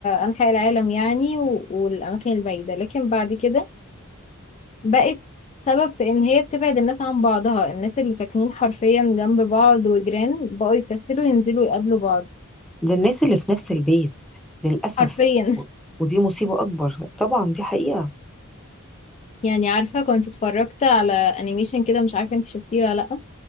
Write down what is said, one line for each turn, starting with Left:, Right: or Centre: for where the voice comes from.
Left: أنحاء العالم يعني و- والأماكن البعيدة لكن بعد كده بقت سبب في إن هي بتبعد الناس عن بعضها الناس اللي ساكنين حرفيا جنب بعض وجيران بقوا يكسلوا ينزلوا يقابلوا بعض
Centre: للناس اللي في نفس البيت للاسف
Left: حرفيا
Centre: ودي مصيبة أكبر طبعا دي حقيقة
Left: يعني عارفة كنت اتفرجت على انيميشن كده مش عارفة انت شفتيه ولا لأ